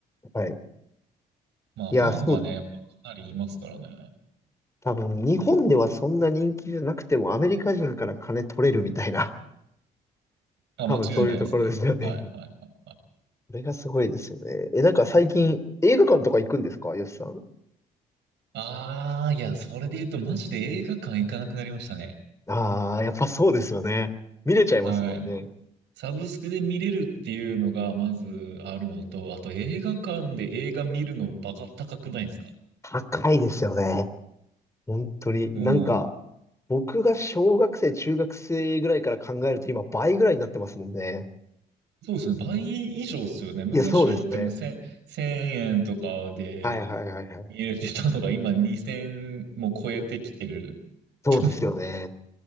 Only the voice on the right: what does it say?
まあ、
ファンがね、
やっぱかなりいますからね。
あ、
間違いないですね。はい、はい、はい。はい
ああ、いや、それで言うと、マジで映画館行かなくなりましたね。
はい。サブスクで見れるっていうのが、まずあるのと、あと映画館で映画見るのバカ高くないですか
も
う、そうですね。倍以上ですよね。昔はだってもう1
1000円とかで、
入れてたのが今2000も超えてきてる。
<laughs>